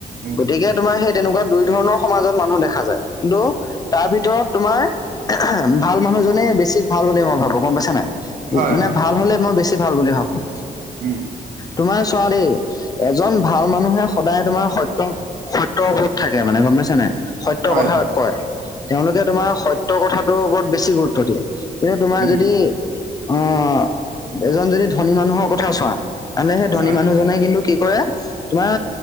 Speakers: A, on the right; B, on the left.
A: উম
B: গতিকে তোমাৰ সেই তেনেকুৱা দুই ধৰণৰ সমাজত মানুহ দেখা যায়। কিন্তু তাৰ ভিতৰত তোমাৰ এহে ভাল মানুহজনেই বেছি ভাল বুলি মই ভাবো গম পাইছা নাই।
A: হয়
B: মানে
A: হয়
B: ভাল হ'লে মই বেছি ভাল বুলি ভাবোঁ।
A: উম।
B: তোমাৰ চোৱা দেই এজন ভাল মানুহে সদায় তোমাৰ সত্য সত্যৰ ওপৰত থাকে মানে গম পাইছে নাই। সত্য
A: হয়
B: কথা
A: হয়
B: কয়। তেওঁলোকে তোমাৰ সত্য কথাটোৰ ওপৰত বেছি গুৰুত্ব দিয়ে। কিন্তু তোমাৰ
A: উম
B: যদি অ' এজন যদি ধনী মানুহৰ কথা চোঁৱা। এনে সেই ধনী
A: হয়
B: মানুহজন। মানে কিন্তু কি কৰে তোমাৰ